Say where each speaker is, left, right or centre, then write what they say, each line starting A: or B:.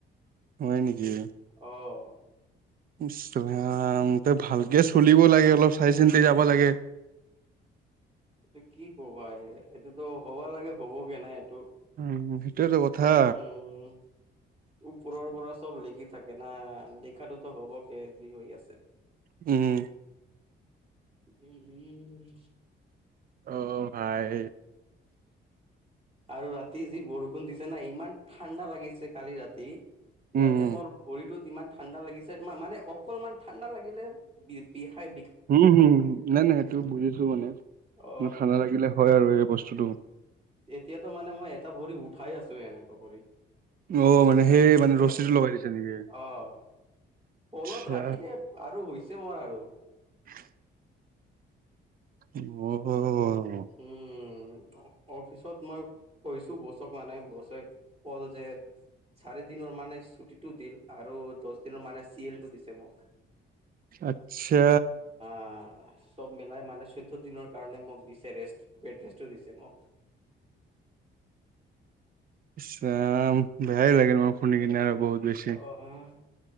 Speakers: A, on the right; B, on the right.
A: হয় নেকি।
B: অ'।
A: ইছ ৰাম তই ভালকে চলিব লাগে অলপ চাই চিন্তি যাব লাগে।
B: এইটো কি কবা এই এইটোতো হ'বা লাগে হবগে নাই এইটো।
A: উম সেইটোৱেটো কথা।
B: উম ওপৰৰ পৰা চব লিখি থাকে না লিখাটোতো হ'ব কে হৈ আছে।
A: উম।
B: উম উম উ।
A: অ ভাই।
B: আৰু ৰাতি যি বৰষুণ দিছে না ইমান ঠাণ্ডা লাগিছে কালি ৰাতি। ইয়াতে
A: উম
B: মোৰ ভৰিতোত ইমান ঠাণ্ডা লাগিছে মা-মানে অকমান ঠাণ্ডা লাগিলে বি-বিষাই।
A: উম হুম নাই নাই সেইটো বুজিছো মানে,
B: অ
A: ঠাণ্ডা লাগিলে হয় আৰু এই বস্তুটো।
B: এতিয়াতো মানে মই এটা ভৰি উঠাই আছো এনেকা কৰি।
A: অ' মানে সেই মানে
B: অ
A: ৰছি টো লগাই দিছে নেকি?
B: অ'। তলত
A: আচ্ছা।
B: ৰাখিলে আৰু হৈছে মোৰ আৰু।
A: <inaudible> অ'।
B: উম অ-অফিচত মই কৈছো বছক মানে বছে কলজেদ চাৰি দিনৰ মানে ছুটিটো দিল আৰু দচ দিনৰ মানে চি এলটো দিছে মোক।
A: আচ্ছা।
B: আ। চব মিলাই মানে চৈধ্য দিনৰ কাৰণে মোক দিছে ৰেষ্ট বেড ৰেষ্টো দিছে মোক।
A: ইছ ৰাম। বেয়াই লাগে মোৰ খুন্দি কিনে আৰু বহুত বেছি।
B: অহ।